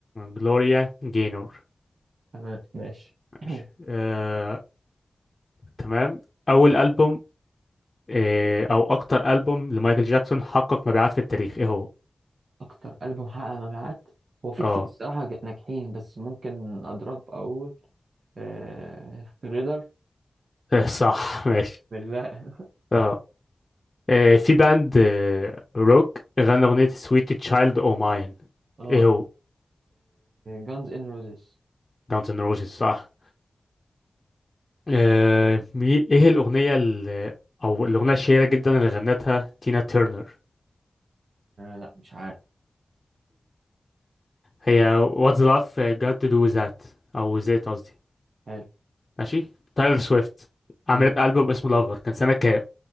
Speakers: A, on the left; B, on the right.
A: جلوريا جاynor
B: تمام ماشي
A: ماشي
B: <clears throat>
A: آه، تمام أول ألبوم آه، أو أكتر ألبوم لمايكل جاكسون حقق مبيعات في التاريخ إيه هو؟
B: أكتر ألبوم حقق مبيعات هو في
A: اه
B: كتير الصراحة ج- ناجحين بس ممكن أضرب أقول آه... ثريلر
A: <laughs> آه، صح ماشي
B: بالله
A: اه آه، في باند آه، روك غنى أغنية Sweet Child O' Mine
B: <laughs> اه
A: إيه هو؟
B: جانز إن روزيس
A: Guns N' Roses صح آه، مي- إيه الأغنية اللي أو الأغنية الشهيرة جدا اللي غنتها تينا تيرنر
B: لا مش عارف
A: هي What's Love uh, Got to Do With That أو That قصدي
B: حلو
A: ماشي تايلور سويفت عملت
B: مم،
A: ألبوم اسمه لافر كان سنة كام؟